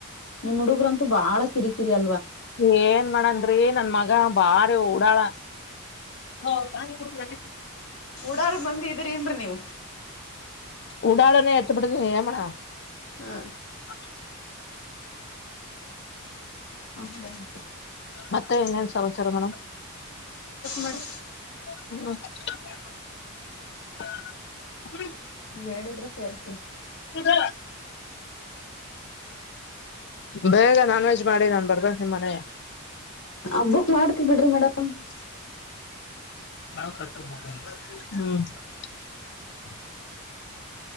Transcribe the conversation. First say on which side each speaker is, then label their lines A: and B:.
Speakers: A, on the left; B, on the left.
A: ನಿಮ್ಮ ಹುಡುಗ್ರಂತೂ ಬಾಳ ಕಿರಿಕಿರಿ ಅತ್ತ <unintelligible>
B: ಏನ್ ಮಾಡನ ರಿ ನನ್ನ ಮಗಾ ಬಾರಿ ಉಡಾಳ. <unintelligible> ಹೌದಾ ನಿಮಗ ನಡೆತ <unintelligible>
A: ಉಡಾಳ ಮಂದಿ ಇದ್ದೀರಿ ಇಲ್ಲ ನೀವ. <unintelligible>
B: ಉಡಳನ ಹೆತ್ತ ಬಿಟ್ಟಿನ ಏನ ಮಾಡೋನಾ?
A: ಹಾ
B: <unintelligible>
A: ಅಂದೇ ಹೇಳ್ಬೇಕು
B: ಮತ್ತೆ ಇನ್ನೇನ್ ಸಮಾಚಾರ ಮೇಡಮ್
A: ಮೇಡಂ? <unintelligible>
B: ಕುತ್ತಗೂ ಹ <unintelligible>
A: ನೀವ್ ಹೇಳಿದ್ರೆ ಕೇಳ್ತನೀ. <unintelligible>
B: ಕುಡ್ಡ್ ಬೇಗ ನಾನ್ ವಜ್ <unintelligible> ಮಾಡಿಗ ನಾ ಬರ್ಬೇಕ ನಿಮ್ಮ ಮನೆ <unintelligible>
A: ಹಬ್ಬುಕ್ ಮಾಡತ್ತಿ ಬಿಡ್ರಿ ಮೇಡಂ. <unintelligible>
B: ನಾವು ತಟ್ಟಕ ಹೂ <unintelligible>